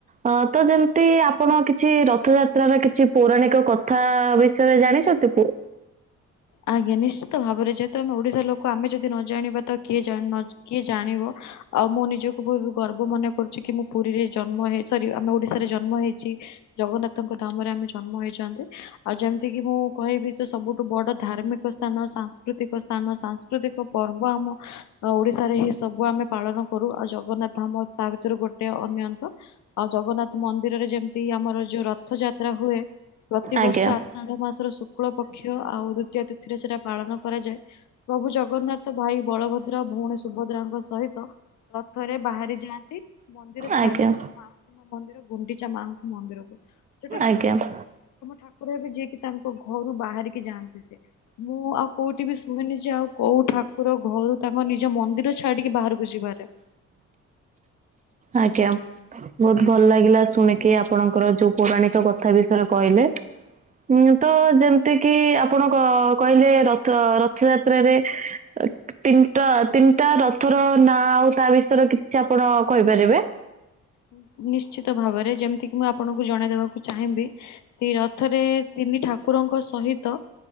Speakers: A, on the right; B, on the left.
A: ଅ ତ ଯେମତି ଆପଣ କିଛି ରଥଯାତ୍ରାର କିଛି ପୌରାଣିକ କଥା ବିଷୟରେ ଜାଣି ଚତି ପୁ
B: ଆଜ୍ଞା ନିଶ୍ଚିତ ଭାବରେ ଯେହେତୁ ଆମେ ଓଡ଼ିଶା ଲୋକ ଆମେ ଯଦି ନ ଜାଣିବା ତ କିଏ ଜ ନ କିଏ ଜଣିବ? ଆଉ ମୁଁ ନିଜକୁ ବୋହୁତ ଗର୍ବ ମନେ କରୁଛି କି ମୁଁ ପୁରୀରେ ଜନ୍ମ ହେ ସରି ଆମେ ଓଡ଼ିଶାରେ ଜନ୍ମ ହେଇଛି। ଜଗନ୍ନାଥଙ୍କ ନାମରେ ଆମେ ଜନ୍ମ ହେଇଛନ୍ତି ଆଉ ଯେମତି କି ମୁଁ କହିବି ତ ସବୁଠୁ ବଡ଼ ଉମିକ ସ୍ଥାନ ସାଂସ୍କୃତିକ ସ୍ଥାନ ସାଂସ୍କୃତିକ ପର୍ବ ଆମ ଆ ଓଡ଼ିଶାରେ ହିଁ ସବୁ ଆମେ ପାଳନ କରୁ ଆଉ ଜଗନ୍ନାଥ ଧାମ ତା ଭିତରୁ ଗୋଟେ ଅନ୍ୟନ୍ତ। ଆଉ ଜଗନ୍ନାଥ ମନ୍ଦିରରେ ଯେମତି ଆମର ଯୋଉ ରଥଯାତ୍ରା ହୁଏ। ପ୍ରତିିବର୍ଷ
A: ଆଜ୍ଞା
B: ଆଷାଢ଼ ମାସର ଶୁକ୍ଳ ପକ୍ଷ ଆଉ ଦୁତୀୟା ତିଥିରେ ସେଟା ପାଳନ କରାଯାଏ। ପ୍ରଭୁ ଜଗନ୍ନାଥ ଭାଇ ବଳଭଦ୍ର ଭଉଣୀ ସୁଭଦ୍ରାଙ୍କ ସହିତ ରଥରେ ବାହାରି ଯାଆନ୍ତି। ମନ୍ଦିର ଛାଡ଼ି
A: ଆଜ୍ଞା
B: ତାଙ୍କ ମାଉସୀମା ମନ୍ଦିର ଗୁଣ୍ଡିଚା ମାଙ୍କୁ ମନ୍ଦିରକୁ। ଯୋଉଟା କି
A: ଆଜ୍ଞା
B: ବୋଧେ ବିଶ୍ଵର ପ୍ରଥମ ଠାକୁର ହେବେ ଯିଏ କିି ତାଙ୍କ ଘରୁ ବାହାରିକି ଯାଆନ୍ତି ସେ। ମୁଁ ଆଉ କୋଉଠି ବି ଶୁଣୁନି ଯେ ଆଉ କୋଉ ଠାକୁର ଘରୁ ତାଙ୍କ ନିଜ ମନ୍ଦିର ଛାଡିକି ବାହାରକୁ ଯିବାରେ।
A: ଆଜ୍ଞା। ବୋହୁତ ଭଲ ଲାଗିଲା ଶୁଣିକି ଆପଣଙ୍କର ଯୋଉ ପୌରାଣିକ କଥା ବିଷୟରେ କହିଲେ। ହୁଁ ତ ଯେମତି କିି ଆପଣ କ କହିଲେ ରଥ ରଥଯାତ୍ରାରେ ଅ ତିନଟା ତିନଟା ରଥର ନାଁ ଆଉ ତା ବିଷୟରେ କିଛି ଆପଣ କହିପାରିବେ?
B: ନି ନିଶ୍ଚିତ ଭାବରେ ଯେମତି କିି ମୁଁ ଆପଣଙ୍କୁ ଜଣେଇଦବାକୁ ଚାହିଁବି ତି ରଥରେ ତିନି ଠାକୁରଙ୍କ ସହିତ